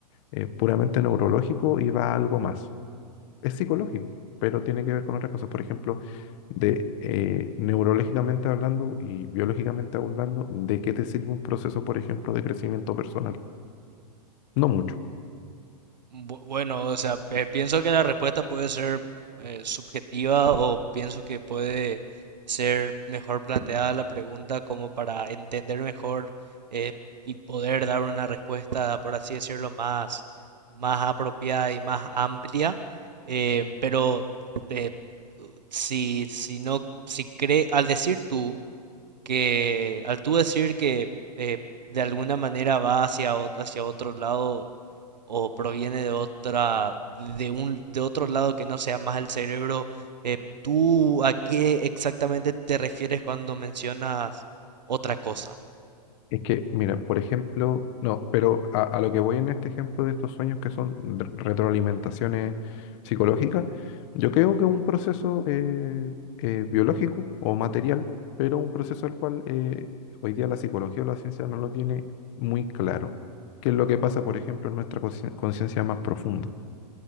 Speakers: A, on the left; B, on the right.
A: eh, puramente neurológico y va a algo más. Es psicológico, pero tiene que ver con otras cosas. Por ejemplo, de eh, neurológicamente hablando y biológicamente hablando, ¿de qué te sirve un proceso, por ejemplo, de crecimiento personal? No mucho.
B: Bu- Bueno, o sea, eh, pienso que la respuesta puede ser eh, subjetiva o pienso que puede ser mejor planteada la pregunta como para entender mejor eh, y poder dar una respuesta, por así decirlo, más, más apropiada y más amplia. Eh, pero eh, si, si no, si cree, al decir tú que al tú decir que eh, de alguna manera va hacia, ot- hacia otro lado o proviene de otra, de un, de otro lado que no sea más el cerebro, eh, ¿tú a qué exactamente te refieres cuando mencionas otra cosa?
A: Es que, mira, por ejemplo, no, pero a, a lo que voy en este ejemplo de estos sueños que son de- retroalimentaciones psicológicas, yo creo que es un proceso eh, eh, biológico o material, pero un proceso al cual eh, hoy día la psicología o la ciencia no lo tiene muy claro, qué es lo que pasa, por ejemplo, en nuestra consci- conciencia más profunda.